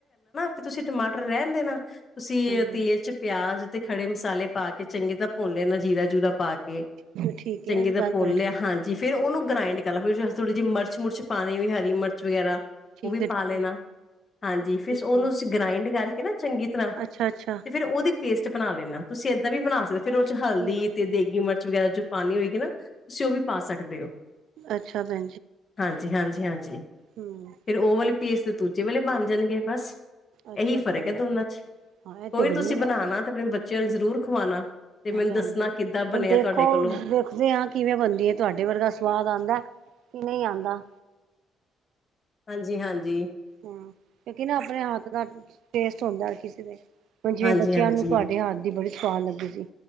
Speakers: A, on the left; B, on the right.
A: ਫਿਰ ਤੁਸੀਂ ਟਮਾਟਰ ਰਹਿੰਦੇ ਨਾ। ਤੁਸੀਂ
B: ਹਾਂਜੀ
A: ਤੇਲ ਚ ਪਿਆਜ ਤੇ ਖੜੇ ਮਸਾਲੇ ਪਾ ਕੇ ਚੰਗੀ ਤਰ੍ਹਾਂ ਭੁੰਨ ਲੈਂਣਾ। ਜੀਰਾ ਜੁਰਾ ਪਾ ਕੇ
B: ਬਿਲਕੁਲ ਠੀਕ
A: ਚੰਗੀ
B: ਹੈ ਇਹ ਵੀ
A: ਤਾਂ
B: ਗੱਲ
A: ਭੁਨ
B: ਤੁਹਾਡੀ
A: ਲਿਆ। ਹਾਂਜੀ! ਫੇਿਰ ਉਹਨੂੰ ਗ੍ਰਾਇੰਡ ਕਰ ਲਿਆ। ਫਿਰ ਥੋੜ੍ਹੀ ਜਿਹੀ ਮਰਚ ਮਿਰਚ-ਮੁਰਚ ਪਾਨੀ ਵੀ ਹਰੀ ਮਿਰਚ ਵਗੈਰਾ ਉਹ
B: ਠੀਕ
A: ਵੀ
B: ਹੈ ਠੀਕ ਹੈ ਠੀਕ
A: ਪਾ ਲੈਣਾ।
B: ਹੈ
A: ਹਾਂਜੀ, ਫਿਰ
B: ਠੀਕ
A: ਉਹਨੂੰ
B: ਹੈ
A: ਅਸੀਂ ਗ੍ਰਾਇੰਡ ਕਰਕੇ ਨਾ ਚੰਗੀ ਤਰ੍ਹਾਂ
B: ਅੱਛਾ ਅੱਛਾ
A: ਤੇ ਫੇਰ ਉਹਦੀ ਪੇਸਟ ਬਣਾ ਲੈਣਾ, ਤੁਸੀਂ ਏਦਾਂ ਵੀ ਬਣਾ ਸਕਦੇ ਹੋ, ਫਿਰ ਉਹ ਚ
B: ਠੀਕ
A: ਹਲਦੀ
B: ਹੈ
A: ਤੇ
B: ਠੀਕ
A: ਦੇਗੀ ਮਿਰਚ ਵਗੈਰਾ ਜੋ ਪਾਨੀ ਹੋਏਗੀ ਨਾ, ਤੁਸੀਂ ਉਹ ਵੀ ਪਾ ਸਕਦੇ ਹੋ।
B: ਅੱਛਾ, ਬੈ
A: ਹਾਂਜੀ, ਹਾਂਜੀ, ਹਾਂਜੀ।
B: ਹਮ
A: ਫਿਰ ਉਹ ਵਾਲੇ ਪੇਸ ਦੇ ਦੂਜੇ ਵਾਲੇ ਬਣ ਜਾਨਗੇ ਬਸ।
B: ਅੱਛਾ
A: ਇਹੀ ਫ਼ਰਕ
B: ਅੱਛਾ
A: ਹੈ ਦੋਨਾਂ ਚ।
B: ਹਾਂ ਇਹ
A: ਕੋਈ
B: ਤੇ
A: ਨੀ
B: ਬੜੀ
A: ਤੁਸੀਂ
B: ਹਾਂਜੀ
A: ਬਨਾਨਾ, ਤੇ ਅਪਨੇ ਬੱਚਿਆਂ ਨੂੰ ਜ਼ਰੂਰ ਖਵਾਣਾ। ਤੇ ਮੈਨੂੰ
B: ਹਾਂਜੀ
A: ਦੱਸਨਾ ਕਿੱਦਾਂ
B: ਹੁਣ
A: ਬਣਿਆ
B: ਦੇਖੋ,
A: ਤੁਹਾਡੇ ਕੋਲੋਂ
B: ਦੇਖਦੇ ਹਾਂ ਕਿਵੇਂ ਬਨਦੀ ਏ? ਤੁਹਾਡੇ ਵਰਗਾ ਸਵਾਦ ਆਂਦੇ ਕਿ ਨਹੀਂ ਆੰ ਦਾ।
A: ਹਾਂਜੀ, ਹਾਂਜੀ।
B: ਹੂੰ, ਕਿਉਂਕਿ ਨਾ ਅਪਨੇ ਹੱਥ ਦਾ ਟੇਸਟ ਹੁੰਦਾ ਹਰ ਕਿਸੇ ਦੇ ਹੁਨ ਜਿਵੇਂ
A: ਹਾਂਜੀ-ਹਾਂਜੀ।
B: ਬੱਚਿਆਂ ਨੂੰ ਤੁਹਾਡੇ ਹੱਥ ਦੀ ਬੜੀ ਸੁਆਦ ਲੱਗੀ ਸੀ।